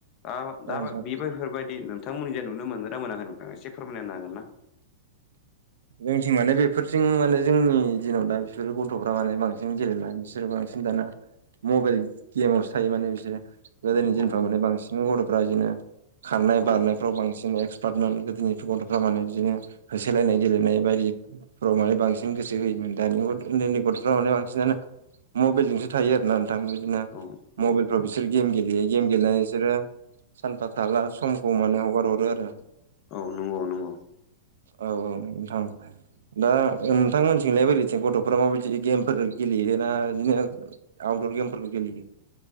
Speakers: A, on the left (about 35°); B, on the right (about 80°).
A: <unintelligible>
B: औ
A: दा
B: नोंथां
A: बेफोफोरबायदि नोंथांमोननि जा नुनो मोनदोना मोनाखै नोंथां एसे फोरमायना होनो हागोन ना?
B: जोंथिं माने बेफोरथिं माने जोंनि दिनाव दा बिसोरो गथ'फ्रा माने बांसिन गेलेला बिसोरो बांसिन दाना मबेल गेमावसो थायो माने बिसोरो। गोदोनि
A: औ
B: दिनफ्राव
A: औ
B: माने बांसिन गथ'फ्रा बिदिनो खारनाय
A: औ
B: बारनाय फ्राव बांसिन एक्सपार्टमोन गोदोनि गथ'फ्रा माने बिदिनो होसो लायनाय नाय बायदिफ्राव माने बांसिन गोसो होयोमोन दानि उन्दैनि गथ'फ्राव माने बांसिनानो मबेलजोंसो थायो आरोना? थां बिदिनो
A: औ नंगौ
B: मबाइलफ्राव बिसोर गेम गेलेयो गेम गेलेनानै बिसोरो सानफा थाला समखौ माने हगार हरो आरो
A: औ नंगौ नंगौ।
B: औ औ नोंथां। दा नोंथांमोनथिंलनाय बोरैथो गथ'फ्रा माबायदि गेमफोर गेलेयो ना बिदिनो आउटदर गेमफोरखौ गेलेयो?